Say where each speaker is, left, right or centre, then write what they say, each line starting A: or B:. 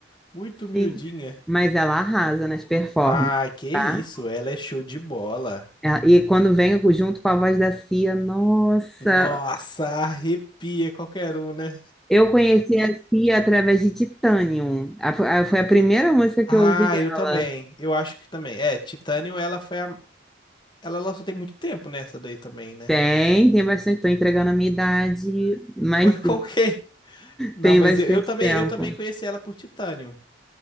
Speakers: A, on the left; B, in the centre.
A: muito miudinha.
B: Sim, mas ela arrasa nas performances,
A: Ah, que isso,
B: tá?
A: ela é show de bola.
B: Ela- E quando vem junto com a voz da Cia, nossa,
A: Nossa, arrepia qualquer um, né?
B: eu conheci a Cia através de Titanium. A- a- foi a primeira música que
A: Ah,
B: eu ouvi dela.
A: eu também. Eu acho que também. É, Titanium, ela foi a... Ela lançou tem muito tempo nessa daí também, né?
B: Tem, tem bastante. Estou entregando a minha idade, mas
A: Foi <laughs> com
B: sim,
A: quem? Não,
B: tem
A: mas
B: bastante
A: eu, eu também,
B: tempo.
A: eu também conheci ela por Titanium,